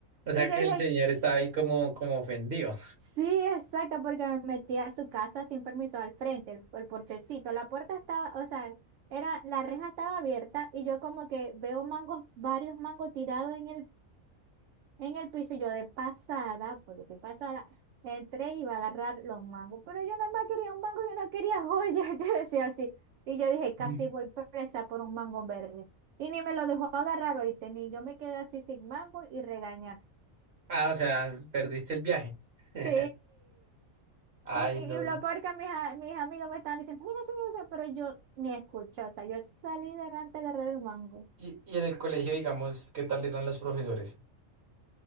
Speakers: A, on the right; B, on the right.
A: O sea
B: Y yo
A: que
B: dije,
A: el señor estaba ahí como, como ofendido.
B: sí, exacto, porque me metí a su casa sin permiso al frente, el, el porchecito. La puerta estaba, o sea, era, la reja estaba abierta y yo como que veo mangos, varios mangos tirados en el, en el piso y yo de pasada, por lo que pasada, entré y iba a agarrar los mangos. Pero yo nada más quería un mango, yo no quería joyas, <laughs> yo decía así. Y yo dije, casi
A: <laughs>
B: voy presa por un mango verde. Y ni me lo dejó agarrar, oíste, ni yo me quedé así sin mango y regañada.
A: Ah, o sea, perdiste el viaje. <laughs>
B: Sí,
A: Ay,
B: y, y
A: no.
B: lo peor que mis, a- mis amigos me estaban diciendo, mira, señor, o sea, pero yo ni escuché, o sea, yo salí de Ranta agarré del mango.
A: Y, y en el colegio, digamos, ¿qué tal eran los profesores?